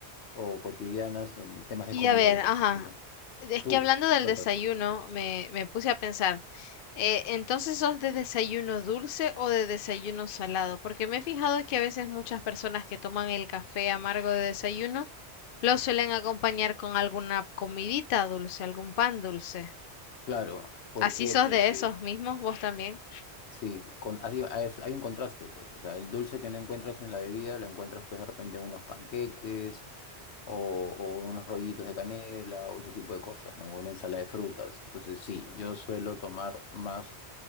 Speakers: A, on the left (about 80°); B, on the left (about 60°).
A: o cotidianas en temas de
B: Y
A: comida
B: a ver,
A: que estamos
B: ajá.
A: hablando,
B: Es
A: tú,
B: que hablando del
A: Lótate.
B: desayuno, me, me puse a pensar, eh, entonces sos de desayuno dulce o de desayuno salado, porque me he fijado que a veces muchas personas que toman el café amargo de desayuno lo suelen acompañar con alguna comidita dulce, algún pan dulce.
A: claro, ¿por
B: ¿Así
A: qué?
B: sos
A: Porque
B: de esos mismos vos también?
A: sí, con, así- ah, es- hay un contraste, pues, o sea, el dulce que no encuentras en la bebida lo encuentras pues de repente en unos panqueques o, o unos rollitos de canela o ese tipo de cosas, ¿no? Una ensalada de frutas. Entonces sí, yo suelo tomar más